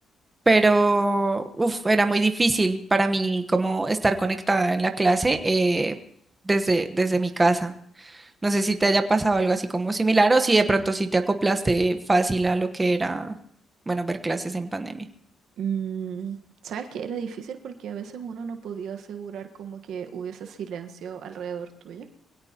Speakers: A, on the right; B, on the right.
A: pero uf, era muy difícil para mí como estar conectada en la clase eh, desde, desde mi casa. No sé si te haya pasado algo así como similar o si de pronto sí te acoplaste fácil a lo que era, bueno, ver clases en pandemia.
B: Mm, sabes que era difícil porque a veces uno no podía asegurar como que hubiese silencio alrededor tuyo